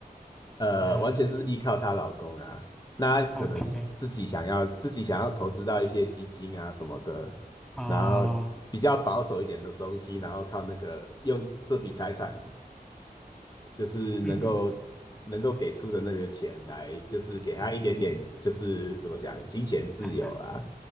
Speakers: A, on the left; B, in the centre.
A: 呃，
B: 嗯
A: 完全是依靠她老公啊。那她可能是自己想要自己想要投资到一些基金啊什么的，
B: 哦，OK，哦，
A: 然后比较保守一点的东西，然后靠那个用这笔财产，就是能够能够给出的那个钱来，
B: 嗯嗯嗯嗯
A: 就是给她一点点，
B: 嗯嗯，
A: 就是怎么讲，金钱自由啊。
B: 啊啊